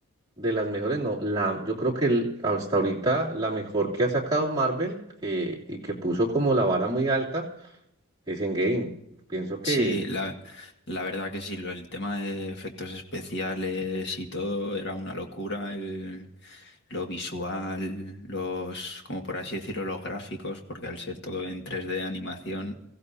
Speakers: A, on the right; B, on the left.
A: de las mejores, no, la, yo creo que el- hasta ahorita la mejor que ha sacado Marvel eh, y que puso como la vara muy alta es Endgame. Pienso que
B: Sí, la, la verdad que sí, lo- el tema de efectos especiales y todo era una locura, el- lo visual, los, como por así decirlo, los gráficos, porque al ser todo en tres d animación,